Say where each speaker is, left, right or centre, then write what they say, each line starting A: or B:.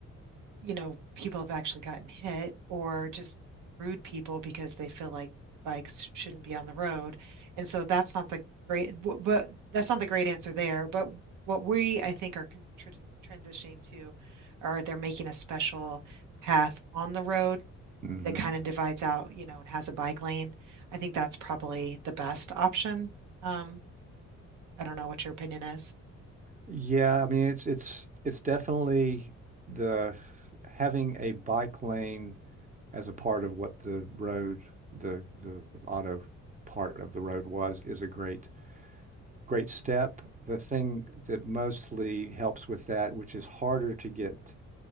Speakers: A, on the right; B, on the right.
A: you know, people have actually gotten hit or just rude people because they feel like bikes shouldn't be on the road. And so that's not the great, but that's not the great answer there. But what we, I think, are con transitioning to are they're making a special path on the road
B: <laughs> hmm
A: that kind of divides out, you know, and has a bike lane. I think that's probably the best option. Um, I don't know what your opinion is.
B: Yeah, I mean it's it's it's definitely the having a bike lane as a part of what the road, the the auto part of the road was is a great great step. The thing that mostly helps with that, which is harder to get